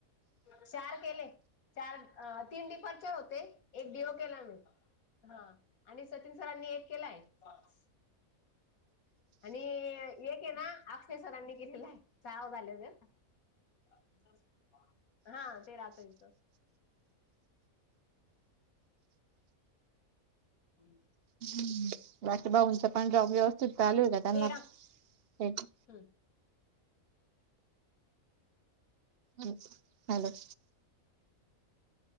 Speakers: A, on the left; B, on the right.
A: चार केले, चार अ तीन डिपार्चर होते एक डी ओ केला मी. हा आणि सचिन सरांनी एक केलाय. <inaudible> आणि एक हे ना अक्षय सरांनी केलेला ये सहा झाले ना. <unintelligible> हा ते रात्रीचं <inaudible>
B: <inaudible> बाकी भाऊचा पण जॉब व्यवस्थित चालू आहे का? त्यांना
A: तेरा
B: एक
A: हम्म
B: ह हॅलो